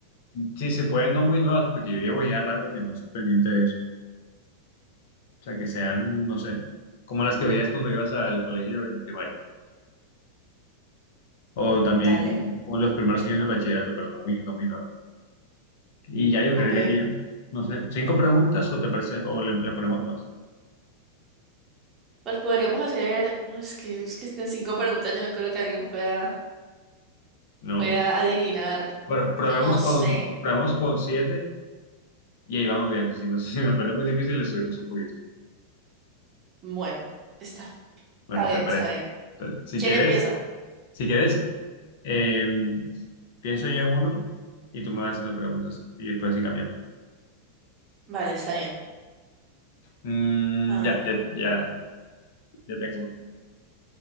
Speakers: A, on the left; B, on the right.
A: sí, se pueden no muy nuevas, porque yo llevo ya rato que no estoy pendiente de eso. O sea, que sean, no sé, como las que veías cuando ibas al colegio en primaria. o
B: mm,
A: también
B: dale,
A: o los primeros años del bachillerato, pero no muy, no muy nada. Y ya yo creería
B: ok.
A: que ya, no sé, cinco preguntas o te parece, o le, le ponemos más.
B: Pues podríamos hacer, no es que, es que con cinco preguntas yo no creo que alguien pueda,
A: No,
B: pueda adivinar,
A: bueno, probemos
B: no sé.
A: con, probemos con siete y ahí vamos viendo. Si, no, <laughs> si me parece muy difícil, le subimos un poquito.
B: Bueno, está,
A: Bueno,
B: está bien,
A: ¿te parece?
B: está bien.
A: Entonces, si
B: ¿Quién
A: quieres,
B: empieza?
A: si quieres, eh, pienso yo en uno y tú me vas haciendo preguntas y después sí cambiamos.
B: Vale, está bien.
A: Mm,
B: A
A: ya,
B: ver,
A: ya, ya, ya tengo uno.